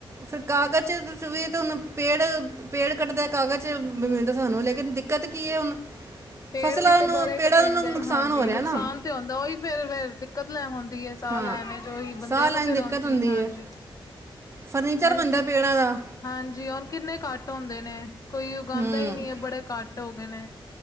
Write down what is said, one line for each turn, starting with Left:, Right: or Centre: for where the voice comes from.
Right: ਫੇਰ ਕਾਗਜ਼ ਚ, ਵੀ ਤਾਂ ਹੂੰਨ ਪੇੜ ਪੇੜ ਕੱਟਦਾ ਕਾਗਜ਼ ਵੀ ਮਿਲਦਾ, ਸਾਨੂੰ ਲੇਕਿਨ ਦਿੱਕਤ ਕੀ ਏ ਹੁਣ
Left: ਪੇੜ
Right: ਫਸਲਾਂ
Left: ਵੀ ਤੇ,
Right: ਨੂੰ
Left: ਬਾਰੇ
Right: ਪੇੜਾਂ
Left: ਕਟੀਂਦੇ।
Right: ਨੂੰ ਨੁਕਸਾਨ
Left: ਹਾਂਜੀ।
Right: ਹੋ ਰਿਹਾ
Left: ਨੁਕਸਾਨ
Right: ਨਾ
Left: ਤੇ ਹੁੰਦਾ। ਉਹੀ ਫੇਰ ਦਿੱਕਤ ਲੈ ਆਉਦੀ ਏ। ਸਾਹ
Right: ਹਾਂ
Left: ਲੈਣੇ ਵਿਚ, ੳਹੀ ਬੰਦਿਆਂ
Right: ਸਾਹ ਲੈਣ
Left: ਨੂੰ ਫੇਰ,
Right: ਦਿੱਕਤ
Left: ਆਉਂਦੀ
Right: ਹੁੰਦੀ
Left: ਹਾਂਜੀ।
Right: ਹੈ ਫਰਨੀਚਰ
Left: ਹੁਣ
Right: ਬਣਦਾ
Left: ਕਿ
Right: ਪੇੜਾਂ ਦਾ
Left: ਹਾਂਜੀ। ਹੁਨ ਕਿੰਨੇ ਕੱਟ ਹੁੰਦੇ ਨੇ, ਕੋਈ ਉਗਾਉਂਦਾ
Right: ਹੂੰ
Left: ਹੀ, ਨਹੀਂ ਏ। ਬੜੇ ਕੱਟ ਹੋ ਗਏ ਨੇ।